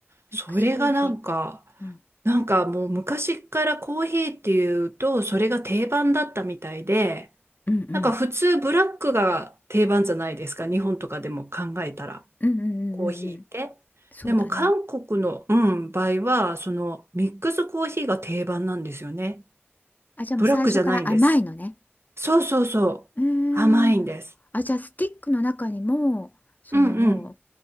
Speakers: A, on the right; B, on the left.
A: それがなんか、
B: ミックスコーヒー、うん、
A: なんかもう昔からコーヒーっていうと、それが定番だったみたいで、
B: うんうん
A: なんか普通ブラックが定番じゃないですか、日本とかでも考えたら、
B: うんうんうんうんうん
A: コーヒーって。
B: そうだね
A: でも韓国の、うん、場合は、そのミックスコーヒーが定番なんですよね。
B: あじゃあもう最初から甘いのね
A: ブラックじゃないんです。そうそうそう。
B: うーん
A: 甘いんです。
B: あじゃあスティックの中にもそのもう
A: うんうん。